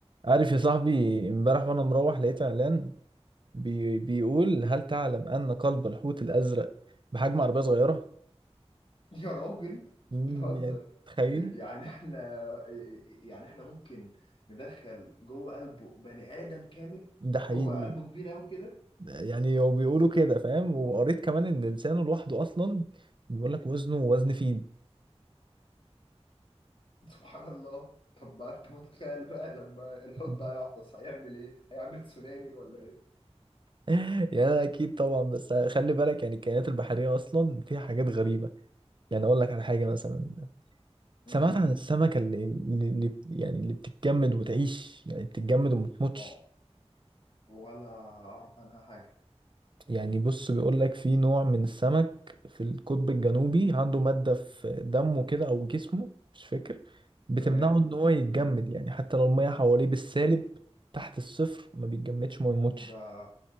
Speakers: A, on the right; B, on the left.
A: عارف يا صاحبي امبارح وانا مروح لقيت اعلان بي بيقول هل تعلم ان قلب الحوت الازرق بحجم عربيه صغيره
B: <laughs> يا راجل
A: مم،
B: بتهزر
A: يعني تخيل
B: يعني احنا يعني احنا ممكن ندخل جوه قلبه بني آدم كامل
A: ده حقيقي
B: هو قلبه كبير قوي كده
A: يعني هو بيقولوا كده فاهم وقريت كمان ان لسانه لوحده اصلا بيقول لك وزنه وزن فيل
B: سبحان الله طب ما انت متخيل بقى لما الحوت
A: <laughs>
B: ده هيعطس هيعمل ايه هيعمل تسونامي ولا ايه
A: يعني أنا اكيد طبعا بس خلي بالك يعني الكائنات البحريه اصلا فيها حاجات غريبه يعني اقول لك على حاجه مثلا
B: امم
A: سمعت عن السمكه اللي, اللي اللي- يعني اللي بتتجمد وتعيش يعني بتتجمد وما بتموتش
B: اه ولا اعرف عنها حاجة
A: يعني بص بيقول لك في نوع من السمك في القطب الجنوبي
B: امم
A: عنده مادة في دمه كده او جسمه مش فاكر بتمنعه
B: تمام
A: ان هو يتجمد
B: امم
A: يعني حتى لو المية حواليه بالسالب تحت الصفر ما بيتجمدش ما بيموتش
B: ده